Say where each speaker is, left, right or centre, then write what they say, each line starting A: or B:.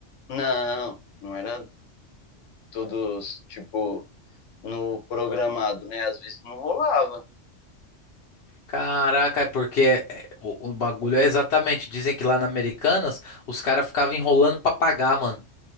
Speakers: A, on the left; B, on the left.
A: Não, não era todos, tipo, no programado, né? Às vezes não rolava.
B: Caraca, é porque é- é- o, o bagulho é exatamente. Dizem que lá na Americanas os caras ficavam enrolando pra pagar, mano.